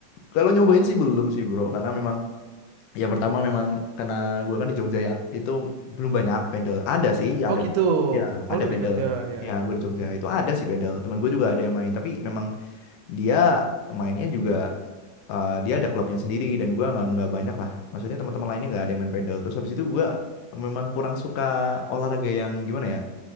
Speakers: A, on the left; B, on the right.
A: Kalau nyobain
B: Gitu.
A: sih belum sih bro, karena memang ya pertama memang karena gua kan di Jogja ya, itu belum banyak pedal. Ada sih, ada
B: Oh gitu.
A: ya
B: Oh
A: ada
B: lu
A: pedal.
B: di Jogja, ya
A: Ya
B: ya.
A: gue di Jogja
B: Mm
A: itu ada sih pedal. Teman gue juga ada yang main, tapi memang dia mainnya juga eh, dia ada klubnya sendiri dan gua nggak nggak banyak lah. Maksudnya teman-teman lainnya nggak ada yang main pedal. Terus habis itu gua memang kurang suka olahraga yang gimana ya?